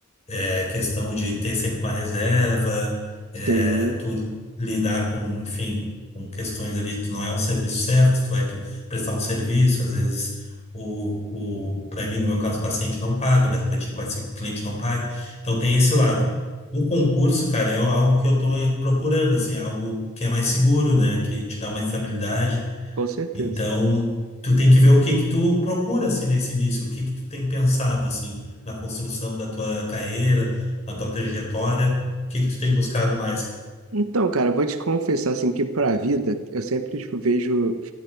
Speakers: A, on the left; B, on the right.
A: é, questão de ter sempre uma reserva, é,
B: Sim,
A: tu lidar com, enfim, com questões ali, tu não é um serviço certo, tu vai pre- prestar um serviço, às vezes o, o, para mim, no meu caso, o paciente não paga, mas para ti pode ser que o cliente não pague. Então tem esse lado. O concurso, cara, é algo que eu tô procurando, assim, algo que é mais seguro, né? Que te dá uma estabilidade
B: com certeza.
A: então, tu tem que ver o que que tu procura assim nesse início, o que que tu tem pensado assim na construção da tua carreira, na tua trajetória, o que que tu tem buscado mais, cara?
B: Então, cara, eu vou te confessar assim que para a vida eu sempre tipo, vejo